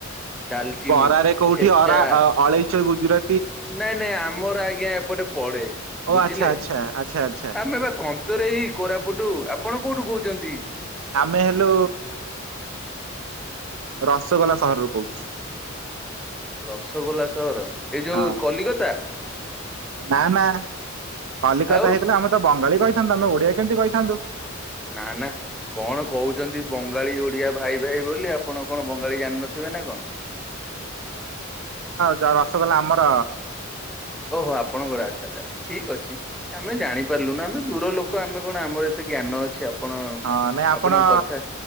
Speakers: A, in the centre; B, on the right.
A: ଡାଲଚିନି
B: ଵରାରେ କୋଉଠି
A: ଛେଚା
B: ଅରା ଅଳେଇଚ ଗୁଜୁରା
A: ନାଇଁ ନାଇଁ ଆମର ଆଜ୍ଞା ଏପଟେ ପଡେ
B: ଓ
A: ବୁଝିଲେ।
B: ଆଚ୍ଛା ଆଚ୍ଛା ଆଚ୍ଛା ଆଚ୍ଛା
A: ଆମେ ପି କ <unintelligible> ଉତରେ ଏଇ କୋରାପୁଟୁ ଆପଣ କୋଉଠୁ କହୁଛନ୍ତି?
B: ଆମେ ହେଲୁ ରସଗୋଲା ସହରରୁ କହୁଛୁ।
A: ରସଗୋଲା ସହର ଏଇ ଯୋଉ
B: ହଁ
A: କଲିକତା।
B: ନା ନା କଲିକତା
A: ଆଉ
B: ହେଇଥିଲେ ଆମେ ତ ବଙ୍ଗାଳୀ କହିଥାନ୍ତୁ ଆମେ ଓଡିଆ କେମିତି କହିଥାନ୍ତୁ।
A: ନା ନା। କଣ କହୁଛନ୍ତି ବଙ୍ଗାଳୀ ଓଡିଆ ଭାଇ ଭାଇ ବୋଲି ଆପଣ କଣ ବଙ୍ଗାଳୀ ଜାଣିନଥିବେ ନା କଣ?
B: ଯ ରସଗୋଲା ଆମର
A: ଓହୋ ଆପଣଙ୍କର ଆଚ୍ଛା ଠିକ ଅଛି ଆମେ ଜାଣି ପାରିଲୁନି ଆମେ ଦୂର ଲୋକ ଆମେ କଣ ଆମର ଏତେ ଜ୍ଞାନ ଅଛି। ଆପଣ
B: ହଁ ନାଇଁ ଆପଣ
A: ଆପଣଙ୍କ କଥା